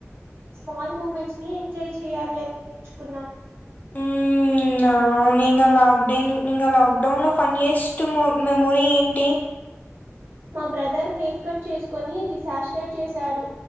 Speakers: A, on the right; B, on the left.
A: స్మాల్ మూమెంట్స్ని ఎంజాయ్ చేయాలి అని నేర్చుకున్నాం
B: ఊ ఇంగ లాక్డౌన్ ఇంగా లాక్డౌన్లో ఫన్నియెస్ట్ మెమోరీ ఏంటి
A: మా బ్రదర్ హెయిర్ కట్ చేస్కొని డిసాస్టర్ చేశాడు